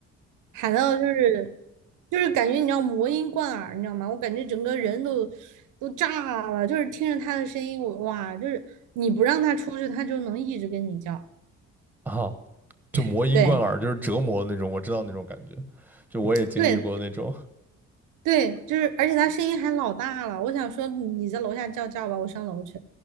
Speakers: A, on the right (about 85°); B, in the centre.
A: 喊到就是就是感觉你知道魔音贯耳，你知道吗？我感觉整个人都都炸了，就是听着他的声音，我哇，就是你不让他出去，他就能一直跟你叫。
B: 啊，就魔音贯耳，
A: 对
B: 就是折磨那种，我知道那种感觉，就我也经历过那种，
A: 对对，就是，而且他声音还老大了。我想说，你在楼下叫叫吧，我上楼去。